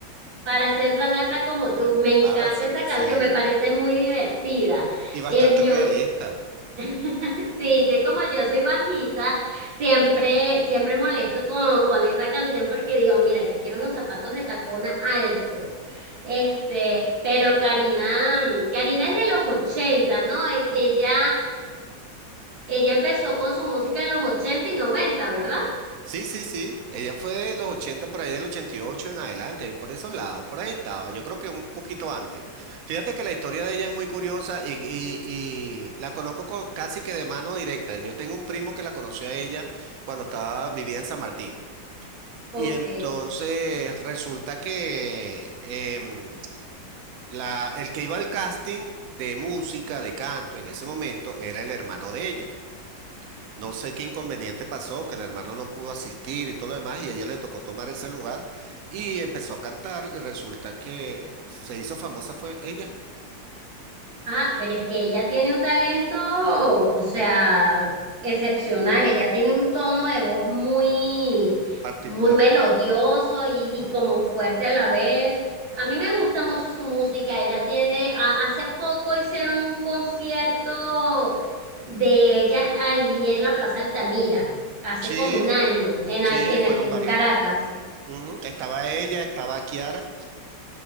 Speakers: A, on the right (about 55°); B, on the right (about 75°).
A: Para ser tan alta como tú,
B: <laughs>
A: me encanta
B: para hacer,
A: esa canción,
B: sí.
A: me parece muy divertida.
B: Y bastante
A: Eh, yo
B: realista.
A: <laughs> Sí, te como yo soy bajita, siempre, siempre molesto con, con esa canción porque digo, mira, yo quiero unos zapatos de tacona altos. Este, pero Karina, mm, Karina es de los 80, ¿no? E- Ella, ella empezó con su música en los 80 y 90, ¿verdad?
B: Sí, sí, sí. Ella fue de los 80 por ahí del 88 en adelante, por esos lados, por ahí estaba. Yo creo que un poquito antes. Fíjate que la historia de ella es muy curiosa y, y- y la conozco co- casi que de mano directa. Yo tengo un primo que la conoció a ella cuando estaba, vivía en San Martín.
A: Ok.
B: Y entonces resulta que em, la, el que iba al casting de música, de canto en ese momento, era el hermano de ella. No sé qué inconveniente pasó, que el hermano no pudo asistir y todo lo demás, y a ella le tocó tomar ese lugar y empezó a cantar y resulta que se hizo famosa fue ella,
A: Ah, pero es que ella tiene un talento, o sea, excepcional. Ella tiene un tono de voz muy,
B: particular.
A: muy melodioso y,
B: Ujú.
A: y como fuerte a la vez. A mí me gusta mucho su música. Ella tiene, ha- hace poco hicieron un concierto de ella ahí en la Plaza Altamira, hace
B: Sí,
A: como un año, en,
B: sí,
A: Al- en
B: fueron
A: aquí en
B: varios.
A: Caracas.
B: Ujú, Estaba ella, estaba Kiara.